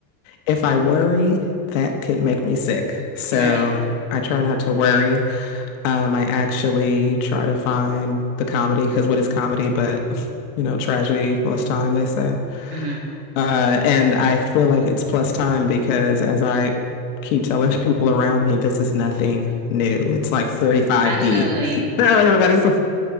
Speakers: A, on the left; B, on the right.
A: if I worry, that could make me sick. So
B: Right.
A: I try not to worry. Um, I actually try to find the comedy because what is comedy but, you know, tragedy plus time, they say.
B: hmm
A: Uh, and I feel like it's plus time because as I keep telling <laughs> people around me, this is nothing new. It's like 45B.
B: Absolutely.
A: <laughs> everybody's like,